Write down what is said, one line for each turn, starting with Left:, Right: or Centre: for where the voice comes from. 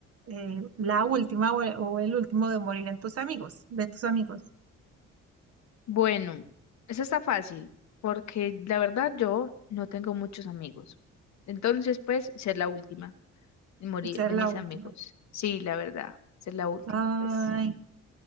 Right: eh, la última o el, o el último de morir en tus amigos, de tus amigos?
Left: Bueno, eso está fácil, porque la verdad yo no tengo muchos amigos. Entonces, pues, ser la última y morir
Right: Ser
Left: de
Right: la
Left: mis
Right: última.
Left: amigos. Sí, la verdad, ser la última,
Right: Ay,
Left: pues.